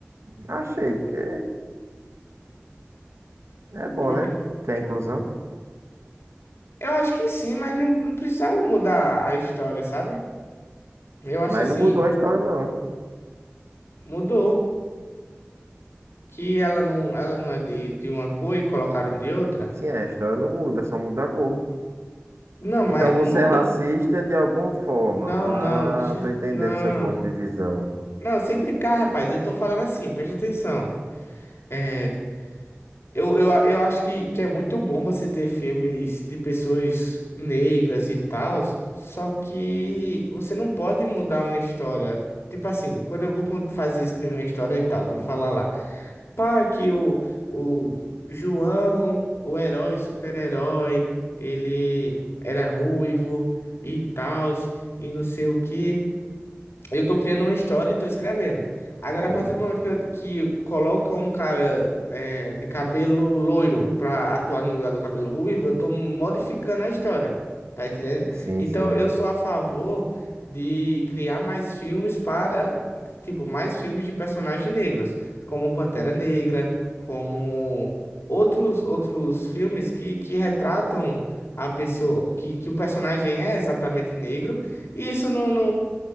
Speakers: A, on the right (about 85°); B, on the left (about 65°).
A: Achei, porque é bom,
B: Eu,
A: né?
B: que-
A: Tem a inclusão.
B: eu acho que sim, mas não, não precisava mudar a história, sabe? Eu acho
A: Mas
B: assim,
A: não mudou a história, não.
B: mudou. Que ela não, ela não é de, de uma cor e colocaram de outra?
A: Sim, a história não muda, só muda a cor.
B: Não,
A: Então
B: mas
A: você
B: muda.
A: é racista de alguma forma.
B: Não,
A: Ah,
B: não, deixa.
A: tô entendendo
B: Não.
A: seu ponto de visão.
B: Não, sem brincar, rapaz. Eu tô falando assim, preste atenção. É, eu, eu, eu acho que, que é muito bom você ter filmes de pessoas negras e tal, só que você não pode mudar uma história. Tipo assim, quando eu vou con- fazer escrever uma história e tal, vou falar lá. Pá, que o, o João, o herói, super-herói, ele era ruivo e tal, e não sei o quê. Eu tô criando uma história e tô escrevendo. Agora,
A: Sim,
B: a partir do momento que, eu- que colocam um cara é, de cabelo loiro pra atuar no lugar do cabelo ruivo, eu tô modificando a história. Tá entendendo?
A: sim,
B: Então,
A: sim.
B: eu sou a favor de criar mais filmes para, tipo, mais filmes de personagens negros, como Pantera Negra, como outros outros filmes que, que retratam a pessoa, que, que o personagem é exatamente negro. E isso não,